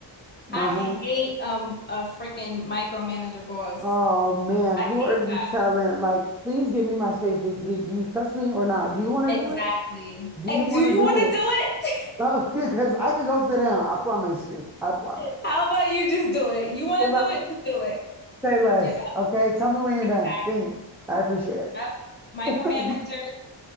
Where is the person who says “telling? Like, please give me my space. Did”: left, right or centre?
Centre